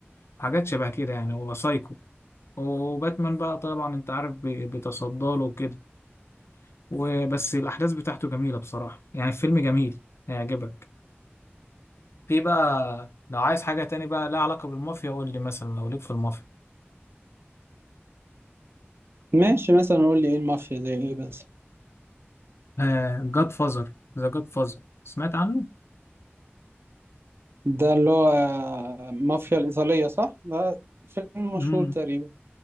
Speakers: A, on the left; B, on the right.
A: حاجات شبه كده يعني هو سايكو وباتمان بقى طبعا أنت عارف بي- بيتصدى له وكده وبس الأحداث بتاعته جميلة بصراحة يعني الفيلم جميل هيعجبك في بقى لو عايز حاجة تاني بقى لها علاقة بالمافيا قول لي مثلا لو ليك في المافيا
B: ماشي مثلا قول لي ايه المافيا زي ايه بس
A: آه جاد فازر ذا جاد فازر سمعت عنه؟
B: ده اللي هو آه، مافيا الإيطالية صح ده فيلم مشهور
A: امم
B: تقريبا